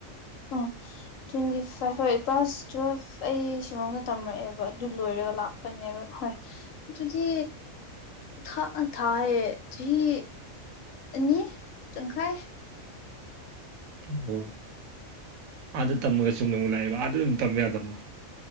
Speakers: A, on the left; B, on the right.
A: ꯎꯝ ꯇ꯭ꯋꯦꯟꯇꯤ ꯐꯥꯏꯚ ꯍꯣꯏ ꯀ꯭ꯂꯥꯁ ꯇꯨꯋꯦꯜ ꯑꯩ ꯁꯨꯂꯅ ꯇꯝꯃꯛꯛꯑꯦꯕ ꯑꯗꯨꯣꯏ ꯔ ꯂꯥꯛꯄꯅꯦꯕ ꯍꯣꯏ ꯑꯗꯨꯗꯤ ꯊꯥ ꯊꯥ ꯍ ꯆꯍꯤꯍꯤ ꯏ ꯅꯈꯥꯏ
B: ꯑꯣ ꯑꯥꯗ ꯇꯝꯃꯒ ꯁꯨꯝ ꯅ ꯑꯃꯨꯛ ꯂꯥꯛꯑꯦꯕ ꯑꯥꯗ ꯑꯗꯨꯝ ꯇꯝ ꯌꯥꯗꯕ